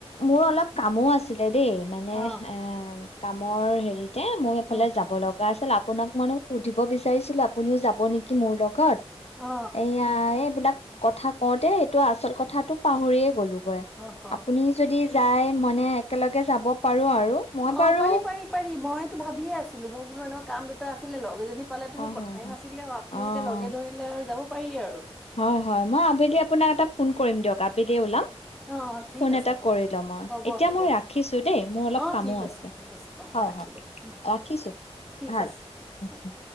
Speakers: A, on the left (about 75°); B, in the centre.
A: মোৰ অলপ কামো আছিল। হেৰি মানে
B: অ
A: এ কামৰ হেৰিত দে মই এইফালে
B: অ
A: যাব লগা দৰাচলতে আপোনাক মানে সুধিব বিচাৰিছিলো আপুনিও যাব নেকি মোৰ লগত।
B: অ
A: এয়া এইবিলাক, কথা কওঁতে এইটো আচল কথাটো পাহৰিয়ে গলো
B: অহ
A: আপুনি যদি যায় মানে একেলগে যাব পাৰো আৰু মই
B: অ
A: বাৰু
B: পাৰি পাৰি পাৰি মই ভাবিয়ে আছিলো মোৰ বোলো এনেকুৱা কাম দুটা আছিলে লগ এজনী পালেতো
A: অ
B: মোৰ কথাই
A: হয় হয়
B: নাছিলে আপুনি
A: অ',
B: যেতিয়া লগে ধৰিলে আৰু যাব উপাই আৰু
A: হয় হয় মই আবেলি আপোনাক এ ফোন কৰিম দিয়ক আবেলি ওলাম
B: অ অ ঠিক
A: ফোন
B: আছে
A: এটা
B: হ'ব
A: কৰি লম আৰু
B: হ'ব
A: এতিয়া
B: হ'ব
A: মই ৰাখিছো দেই মোৰ অলপ
B: অ
A: কামো
B: ঠিক
A: আছে
B: ঠিক অ
A: হয়
B: ৰাখিব
A: হয়
B: উম,
A: ৰাখিছো
B: ঠিক
A: ভাল
B: আছে
A: উ
B: হয়
A: উম